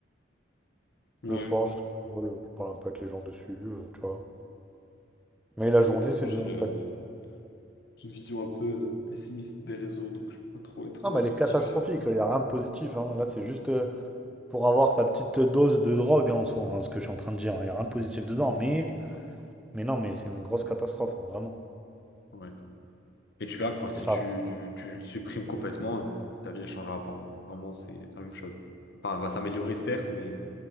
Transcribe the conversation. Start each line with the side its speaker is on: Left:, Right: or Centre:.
Left: Ouais.
Centre: Le soir, je, je parle un peu avec les gens dessus, euh, tu vois. Mais la
Left: Là,
Centre: journée,
Left: mais de toute façon,
Centre: c'est
Left: j'ai
Centre: désinstallé.
Left: une, euh, j'ai une vision un peu euh, pessimiste des réseaux, donc je peux pas trop être
Centre: Non,
Left: objectif.
Centre: mais elle est catastrophique, il n'y a rien de positif. hein. Là, c'est juste euh, pour avoir sa petite dose de drogue hein, en soi, hein, ce que je suis en train de dire. Il n'y a rien de positif dedans. Mais, mais non, mais c'est une grosse catastrophe, hein, vraiment.
Left: Ouais. Et tu verras que enfin, si
Centre: Et ça,
Left: tu, tu, tu le supprimes complètement, euh, ta vie ne changera pas. hein. Vraiment, c'est c'est la même chose. Enfin, elle va s'améliorer, certes, mais